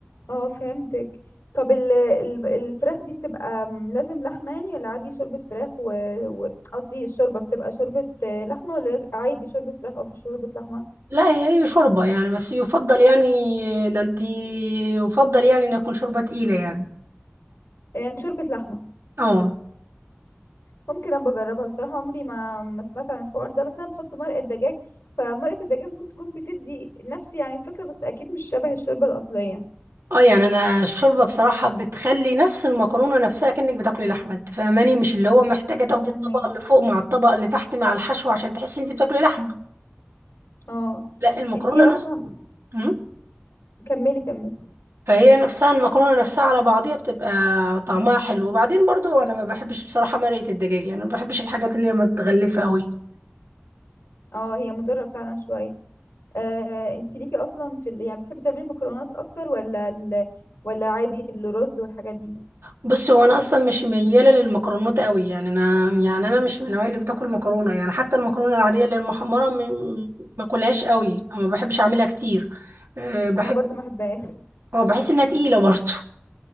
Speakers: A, on the left; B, on the right.
A: اه فهمتك طب ال- ال- الفراخ دي بتبقى م- لازم لحمة يعني ولا عادي شوربة فراخ و و- قصدي الشوربة بتبقى شوربة آه، لحمة ولا لاز- عادي شوربة فراخ أو شوربة لحمة
B: لا هي هي شوربة يعني بس يفضل يعني ده انتي يفضل يعني ان يكون شوربة تقيلة يعني
A: يعني شوربة لحمة
B: اه
A: ممكن أبقى أجربها بصراحة عمري ما ما سمعت عن الحوار ده بس أنا بحط مرقة دجاج فمرقة الدجاج ممكن تكون بتدي نفس يعني الفكرة بس أكيد مش شبه الشوربة الأصلية
B: اه يعني انا الشوربة بصراحة بتخلي نفس المكرونة نفسها كأنك بتاكلي لحمة انت فاهماني مش اللي هو محتاجة تاخدي
A: أفهمك
B: الطبقة اللي فوق مع الطبقة اللي تحت مع الحشو عشان تحسي انت بتاكلي لحمة
A: اه
B: لا المكرونه
A: انت ايه اصلا
B: مم.
A: كملي كملي
B: فهي نفسها المكرونة نفسها على بعضيها بتبقى طعمها حلو وبعدين برضو انا ما بحبش بصراحة مرقة الدجاج يعني ما بحبش الحاجات اللي هي متغلفة قوي
A: اه هي مضرة فعلا شوية آه، انت ليكي اصلا في ال... يعني بتحبي تعملي المكرونات اكتر ولا ال... ولا عادي الرز والحاجات دي
B: بص هو انا اصلا مش ميالة للمكرونات قوي يعني انا يعني انا مش من النوع اللي بتاكل مكرونة يعني حتى المكرونة العادية اللي المحمرة م- ما اكلهاش قوي أو ما بحبش اعملها كتير أه، بحب
A: انا برضو ما بحبهاش
B: أه، بحس انها تقيلة برضو